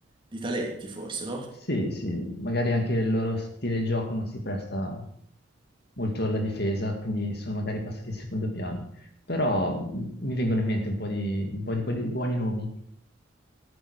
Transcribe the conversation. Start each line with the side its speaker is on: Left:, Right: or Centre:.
Right: di talenti, forse, no?
Left: Sì, sì, magari anche il loro stile di gioco non si presta molto alla difesa, quindi sono magari passati in secondo piano. Però mh, mi vengono in mente un po' di, un po' di- di buoni nomi.